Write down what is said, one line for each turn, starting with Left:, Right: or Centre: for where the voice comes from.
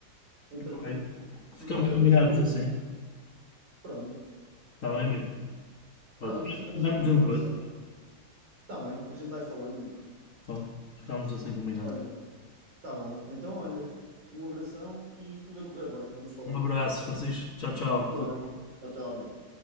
Right: entretanto,
Left: Ok. Ficamos
Right: com qualquer
Left: combinados
Right: coisa, e eu.
Left: assim.
Right: Pronto,
Left: Está
Right: olha.
Left: bem, amigo? Pá,
Right: Pronto,
Left: tu
Right: ficamos
Left: vai-me
Right: assim,
Left: dizendo
Right: a conversar.
Left: coisas.
Right: Tá bem, a gente vai falando, amigo.
Left: Pá, ficamos assim combinados.
Right: Olha, tá bom. Então, olha, um abração e tudo a correr bem. Vamos falando.
Left: Um abraço, Francisco. Tchau, tchau.
Right: Tá
Left: Tudo
Right: bem. Até, amigo.